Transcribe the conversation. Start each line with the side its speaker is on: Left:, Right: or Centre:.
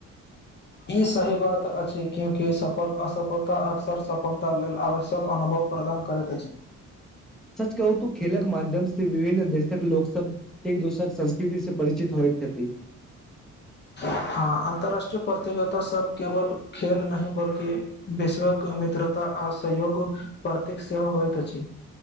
Left: ई सही बात अछि क्यूकि असफलता अक्सर सफलता लेल आवश्यक अनुभव प्रदान करैत अछि
Centre: <unintelligible> सच कहू तू खेलक माध्यम से विभिन्न देशक लोक सब एक दोसरक संस्कृति से परिचित होए छथि
Left: हँ अन्तर्राष्ट्रीय प्रतियगिता सब केवल खेल नहि बल्कि विश्वक मित्रता आ सहयोग प्रतेक सेहो होइत अछि